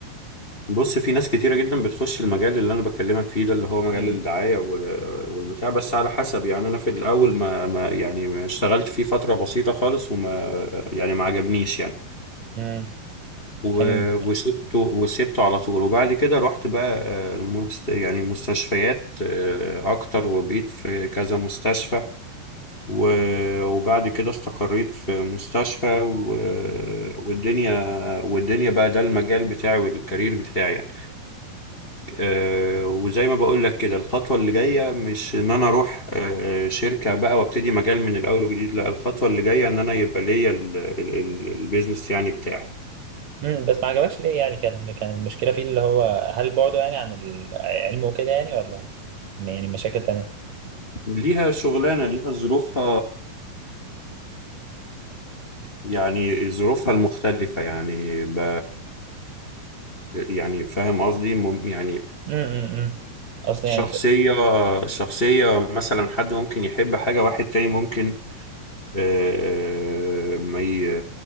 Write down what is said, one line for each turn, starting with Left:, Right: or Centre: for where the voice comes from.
Left: بص في ناس كتيرة جدا بتخش المجال اللي أنا بكلمك فيه ده اللي هو مجال
Right: مم.
Left: الدعاية و- والبتاع بس على حسب يعني أنا في الأول ما, ما يعني ما اشتغلت فيه فترة بسيطة خالص وما يعني ما عجبنيش يعني
Right: مم.
Left: و-
Right: كان
Left: وسبته وسبته على طول وبعد كده رحت بقى آه، المست يعني مستشفيات آه، أكتر وبقيت في كذا مستشفى و- وبعد كده استقريت في مستشفى و- والدنيا والدنيا بقى ده المجال بتاعي والكارير بتاعي يعني. آه، وزي ما بقول لك كده الخطوة اللي جاية مش ان انا اروح آه، شركة بقى وابتدي مجال من الاول وجديد لا الخطوة اللي جاية ان انا يبقى ليا ال- ال- ال- البيزنس يعني بتاعي
Right: مم. بس ما عجبكش ليه يعني كان كان المشكلة فيه اللي هو هل بعده يعني عن العلم وكده يعني ولا يعني مشاكل تانية
Left: ليها شغلانة ليها ظروفها يعني ظروفها المختلفة يعني ب... يعني فاهم قصدي مم- يعني
Right: مم. مم. مم. اصلا
Left: شخصية
Right: يعني
Left: شخصية مثلا حد ممكن يحب حاجة واحد تاني ممكن آه، ما ي...